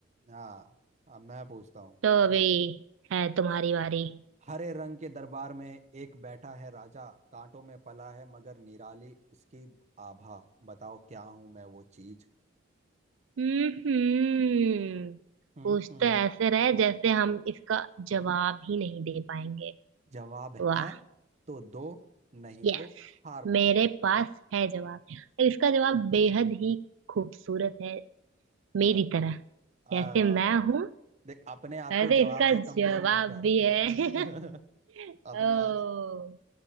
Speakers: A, on the right (about 35°); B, on the right (about 80°).
A: हाँ अब मैं पूछता हूँ
B: तो अभी है तुम्हारी बारी
A: हरे रंग के दरबार में एक बैठा है राजा कांटों में पला है मगर निराली उसकी आभा बताओ क्या हूं मैं वो चीज
B: हम्म
A: हम्म
B: कुछ
A: हम्म
B: तो ऐसे रहे जैसे हम इसका जवाब ही नहीं दे पाएंगे
A: जवाब
B: वाह
A: है तो दो नहीं
B: यस
A: तो हार मानो
B: मेरे पास है जवाब और इसका जवाब बेहद ही खूबसूरत है मेरी
A: अच्छा
B: तरह
A: आ,
B: जैसे मैं हूं
A: देख अपने आप
B: वैसे
A: को जवाब
B: इसका
A: से कंपेयर
B: जवाब
A: मत कर
B: भी है <laughs>
A: <laughs> अपने
B: ओ
A: आप से